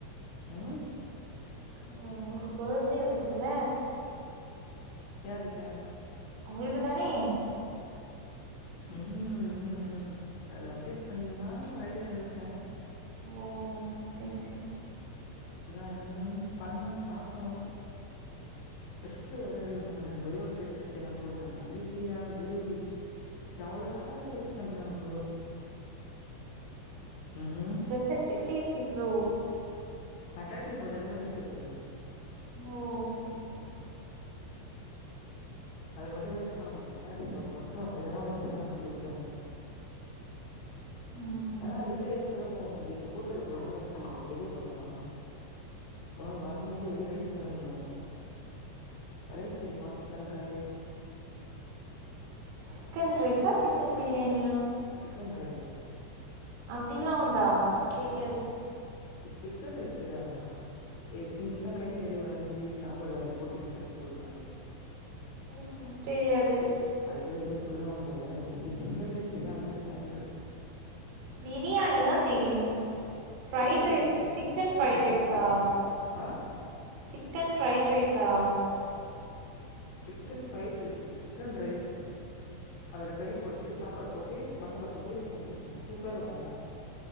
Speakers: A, on the left; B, on the right.
A: உம்
B: உம் உங்ளுக்கு பர்த்டே வர்துல
A: யாருக்க
B: உங்குளுக்கு தானே
A: ம் ம்ம் சத் அப்டேட் பண்ணிலான்னு ஒர் ஐடியால இருக்கே
B: ஓ சரி சரி
A: அதுதா என்னன் பண்ணொன் பாக்கணு ட்ரெஸ்ஸு வேற் எடுக்குணு ரெண்டு ஒரே ஒரு செட்டு எத்தினா போது எங் வீட்லியா டேய் எவ்ளோதா இது பண்றாங்ளோ உம்
B: ட்ரெஸ் எடுத்துக்கிட்டே இருப்பீங்களோ
A: நா கல்ட்ரிங் போதெலம ட்ரஸ் எத்ருவே
B: ஓ சய் சரி
A: அது மட்டு வேஸ்ட்டே பண்ண மாட்டே கேட்ரிங் போத மட்டு ஏதா ஒன் எத்துன்வா ச்சொல்லி எத்துருவே
B: ம்
A: ஏனா இத் இப்டியே வேஸ்ட்டாதா போவு வந்து இப்பு கூட்றது போரோன்னு வெச்சிக்கோ வெளிய போறோமா வா வரும்போது எப்டி ரைஸ் கொண் வந்துருவாங்க ரைஸ் தெரிமா சிக்கன் ரைஸ்
B: சிக்கன் ரைசா சிக்கன் பிரியாணியா
A: சிக்கன் ரைஸ்
B: அப்டிலா உண்டா தெரியாது
A: இது சிக்கன் ரைஸ் தெரியாத ஏ சின்ன சின்ன கறி மேறி ஒரு அஞ்சு சாப்பாடு அது போட்டு இது பண்ணி கொடுப்பாங்கலே
B: ம் தெரியாதே
A: அது பேர் எதவுமன சொல்லுவாங்க போல அதுவு சிக்கன் ரைஸ் தெரியாமலா இருக்காது
B: பிரியாணிணா தெரியு
A: சிக்கன்
B: ஃப்ரைட்
A: பிரியாணி
B: ரைஸ்
A: இல்ல
B: சிக்கன் ஃப்ரைட்
A: ரைஸ்
B: ரைஸா
A: சொல்றே ஆ
B: சிக்கன் ஃப்ரை ரைஸா
A: சிக்கன் ஃபரைட் ரைசுல்லா சிக்கன் ரைஸ் அதுல கறி போட்டு சாப்பாடு போட்டு மசாலா போட்டு இது பண்ணி கொடுப்போ சூப்பரா இருக்கு